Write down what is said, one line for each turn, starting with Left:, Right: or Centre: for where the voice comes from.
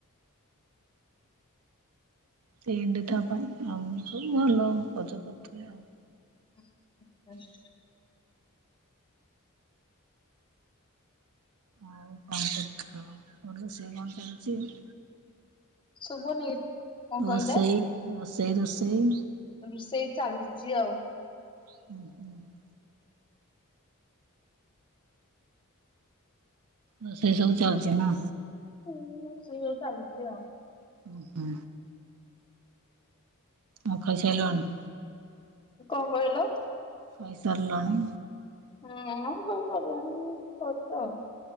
Right: ପେନଟେ ତା ପାଇଁ ଆଉ ସବୁ ଭଲ ରଜ କରୁଥିଲେ ଆଉ
Left: <unintelligible>
Right: ଆଉ କଣ କରୁଥିଲ ରୋଷେଇ କଣ ଚାଲିଛି?
Left: ଶୁଭୁନି? କଣ
Right: ହଁ
Left: କହିଲେ?
Right: ସେଇ ରୋଷେଇ ରୋଷେଇ ରୋଷେଇ
Left: ରୋଷେଇ ଚାଲିଛି ଆଉ
Right: <unintelligible> ରୋଷେଇ ସବୁ ଚାଲିଛି ନା
Left: ହୁଁଁ ରୋଷେଇ ଚାଲିଛି ଆଉ
Right: ଓ ହୁଁ। ଓ ଖାଇସାଈଲଣି?
Left: ଙ୍କ କହିଲ?
Right: ଖାଇ ସାର୍ଲଣି?
Left: <unintelligible>